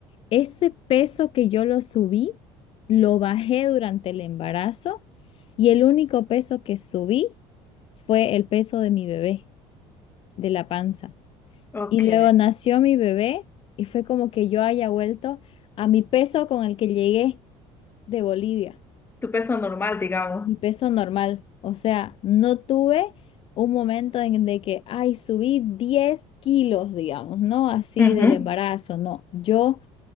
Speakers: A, on the left (about 45°); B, on the left (about 15°).
A: Ese peso que yo lo subí, lo bajé durante el embarazo y el único peso que subí fue el peso de mi bebé, de la panza.
B: Ok.
A: Y luego nació mi bebé y fue como que yo haya vuelto a mi peso con el que llegué de Bolivia.
B: Tu peso normal, digamos.
A: mi peso normal. O sea, no tuve un momento en de que, ay, subí 10 kilos, digamos, no así
B: Ujú,
A: del embarazo, no. Yo